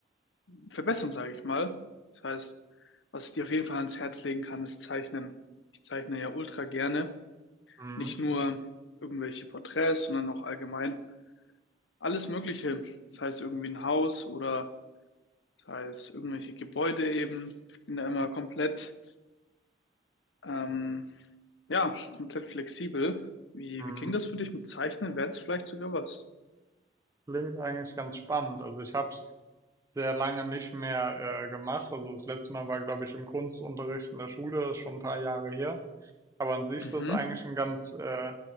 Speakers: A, on the left (about 80°); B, on the right (about 15°).
A: verbessern, sage ich mal. Das heißt, was ich dir auf jeden Fall ans Herz legen kann, ist Zeichnen. Ich zeichne ja ultra gerne.
B: Mhm.
A: Nicht nur irgendwelche Porträts, sondern auch allgemein alles Mögliche. Das heißt irgendwie ein Haus oder das heißt irgendwelche Gebäude eben. Ich bin da immer komplett, ähm, ja, komplett flexibel. Wie,
B: Mhm.
A: wie klingt das für dich mit Zeichnen? Wäre das vielleicht sogar was?
B: Klingt eigentlich ganz spannend. Also ich habe es sehr lange nicht mehr äh, gemacht. Also das letzte Mal war, glaube ich, im Kunstunterricht in der Schule, das ist schon ein paar Jahre her. Aber an sich
A: Mhm.
B: ist das eigentlich ein ganz, äh